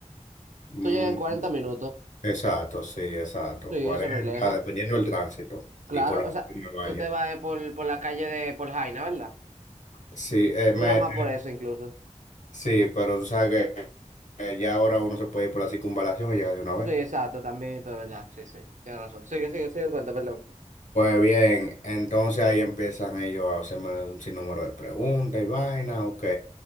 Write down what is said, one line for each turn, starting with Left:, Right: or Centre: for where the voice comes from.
Left: Mm,
Right: Tú llegas en 40 minutos.
Left: exacto, sí, exacto.
Right: Sí,
Left: cuarenta
Right: eso no es lejos.
Left: dependiendo del tránsito
Right: Claro,
Left: y por lo
Right: o
Left: que
Right: sea,
Left: me vaya.
Right: tú te vas eh, por, por la calle de por Jaina, ¿verdad?
Left: Sí, eh,
Right: Dura
Left: me,
Right: más por eso incluso.
Left: Sí, pero tú sabes que que ya ahora uno se puede ir por la circunvalación y llega de una
Right: Sí,
Left: vez.
Right: exacto, también, y todo, es ¿verdad? Sí, sí, tienes razón. Sigue, sigue, sigue el cuento, perdón.
Left: Pues bien, entonces ahí empiezan ellos a hacerme un sinnúmero de preguntas y vaina, ok.